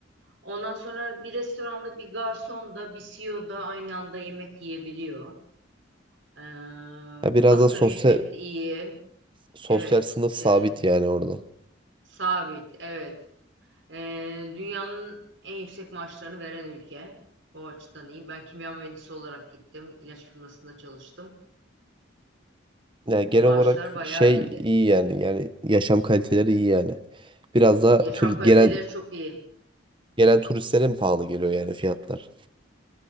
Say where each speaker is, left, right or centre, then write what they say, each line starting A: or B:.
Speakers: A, on the right; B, on the right.
A: Ondan sonra bir restoranda bir garson da bir CEO da aynı anda yemek yiyebiliyor. Ee,
B: Ya biraz
A: asgari
B: da sosyal
A: ücret iyi.
B: sosyal
A: Evet.
B: sınıf sabit
A: e,
B: yani orada.
A: sabit. Evet. Ee, dünyanın en yüksek maaşlarını veren ülke. O açıdan iyi. Ben kimya mühendisi olarak gittim. İlaç firmasında çalıştım.
B: Yani genel
A: Maaşlar
B: olarak
A: bayağı
B: şey
A: iyiydi.
B: iyi yani yani yaşam kaliteleri iyi yani. Biraz da
A: Yaşam
B: tür, genel
A: kaliteleri çok iyi.
B: Gelen turistlere mi pahalı geliyor yani fiyatlar?